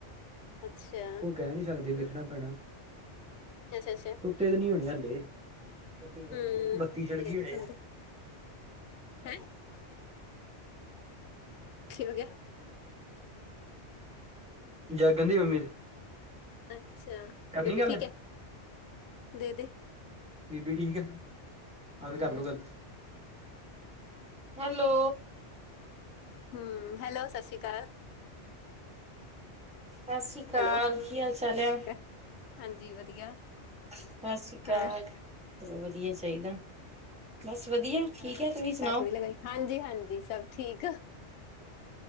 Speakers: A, on the left; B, in the centre.
A: ਅੱਛਾ
B: ਕੁ ਕਹਿ ਨਹੀਂ ਸਕਦੇ
A: ਹੂੰ
B: ਵੇਖਣਾ ਪੈਣਾ।
A: ਅੱਛਾ ਅੱਛਾ
B: ਕੁੱਤੇ ਤੇ ਨੀ ਹੋਣੇ ਹਾਲੇ, ਬੱਤੀ
A: ਹੂੰ
B: ਚਲ ਗਈ
A: ਲੇਟੀ
B: ਹੋਣੇ।
A: ਸੌਂਦੇ ਹੈਂ। <unintelligible> ਗਿਆ।
B: ਜਾਗਣ ਦੀ ਮੰਮੀ।
A: ਅੱਛਾ।
B: ਕਰਨੀ
A: ਬੇਬੀ
B: ਗੱਲ,
A: ਠੀਕ ਹੈ ਦੇ ਦੇ
B: ਬੀਬੀ ਠੀਕ ਆ। ਆਾਂ
A: ਹੂੰ
B: ਵੀ ਕਰਲੋ ਗੱਲ, ਹੈਲੋ।
A: ਹੂੰ, ਹੈਲੋ ਸਤਿ ਸ਼੍ਰੀ ਅਕਾਲ।
B: ਸਤਿ ਸ੍ਰੀ ਅਕਾਲ,
A: ਹੈਲੋ।
B: ਕੀ ਹਾਲ ਚਾਲ
A: ਸਤਿ
B: ਆ।
A: ਸ਼੍ਰੀ ਅਕਾਲ ਹਾਂਜੀ ਵਧੀਆ।
B: ਸਤਿ ਸ੍ਰੀ ਅਕਾਲ,
A: ਹੋਰ
B: ਚਲੋ ਵਧੀਆ ਚਾਹੀਦਾ। ਬਸ ਵਧੀਆ ਠੀਕ
A: ਹ
B: ਹੈ ਤੁਸੀਂ ਸੁਣਾਓ
A: ਮੈਂ ਥੋੜੀ ਲਗਾਈ, ਹਾਂਜੀ ਹਾਂਜੀ ਸਭ ਠੀਕ ਐ।